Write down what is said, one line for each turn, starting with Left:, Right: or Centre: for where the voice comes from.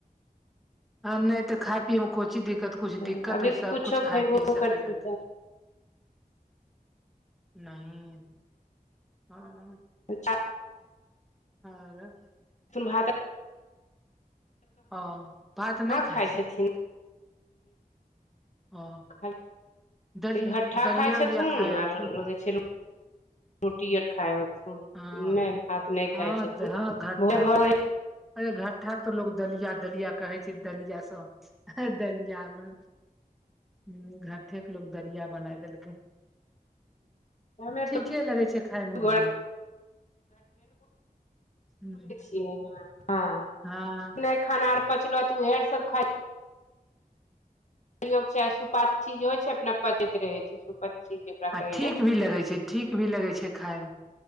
Centre: हँ नहि तऽ खाय पियएमे को चीज दिक्कत कुछ
Left: तब
Centre: दिक्कत
Left: अभी
Centre: रहै सबकुछ
Left: कुछो
Centre: खाय
Left: खयबो
Centre: पी सकै
Left: करथिन
Centre: रहथि नहि हँ
Left: तऽ च <unintelligible>
Centre: हँ <unintelligible>
Left: सुन भाता <unintelligible>
Centre: ओ भात
Left: कहाँ
Centre: नहि खाइ छै
Left: छथिन
Centre: ओ
Left: खाली
Centre: दली
Left: घट्ठा
Centre: दलिया
Left: खाइ छथुन
Centre: उलिया खाय होथिन
Left: आर लगै छै रोटी आर खाइ हो नहि
Centre: हँ
Left: भात नहि
Centre: हँ
Left: खाइ छथिन
Centre: हँ घट्ठा
Left: भोरे भो
Centre: अरे घट्ठाक तऽ लोग दलिया दलिया कहै छै दलिया सब दलियामे हँ घट्ठे के लोग दलिया बनाय देलकै
Left: हमे
Centre: ठीके लगै छै खायमे
Left: तऽ
Centre: ओहो हूंम्म
Left: ज हँ <unintelligible>
Centre: हँ
Left: नहि खाना आर पचलो तऽ उहेर सब खा सयोग चाहे सुपच चीज हो छै अपना पतैत रहे छै सुपच चीज
Centre: आ
Left: कहै
Centre: ठीक भी लगे छै ठीक भी लगै छै खायमे